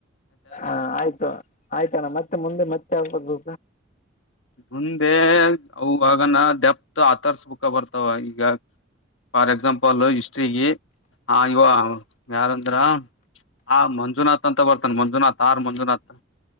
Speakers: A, on the left; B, on the left.
A: ಹಾ ಆಯ್ತು ಆಯ್ತಣ್ಣ ಮತ್ತೆ ಮುಂದೆ ಮತ್ತೆ ಯಾವದು
B: ಮುಂದೆ ಅವಾಗನ ಡೆಪ್ತ್ ಆತರ್ಸ್ ಬುಕ್ಸ್ ಬರ್ತಾವ ಈಗ ಫಾರ್ ಎಕ್ಸಾಂಪಲ್ ಹಿಸ್ಟ್ರಿಗೆ ಆ ಇವ ಯಾರಂದ್ರ ಆ ಮಂಜುನಾಥ್ ಅಂತ ಬರ್ತಾನ ಮಂಜುನಾಥ್ ಆರ್ ಮಂಜುನಾಥ್